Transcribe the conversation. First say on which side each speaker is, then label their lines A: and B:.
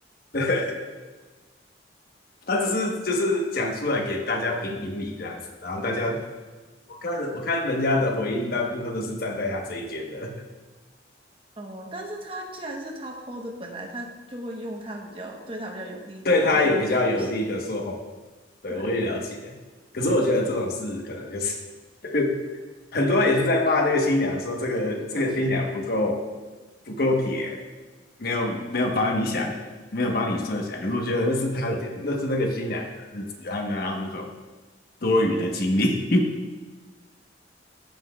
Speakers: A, on the left; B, on the right.
A: <laughs> 他只是就是讲出来给大家评评理这样子，然后大家我看我看人家的回应，大部分都是站在他这一边的，
B: 哦，但是他既然是他 PO 的，本来他就会用他比较对他比较有利的方式去叙事。
A: <laughs> 对他有比较有利的说法，对我也了解。
B: 对啊，
A: 可是我觉得这种事可能就是 <laughs> 很多人也是在骂那个新娘，说这个这个新娘不够不够铁，没有没有帮你想，没有帮你设想。可是我觉得那是他的，那是那个新娘的日子，他没有让那种多余的精力。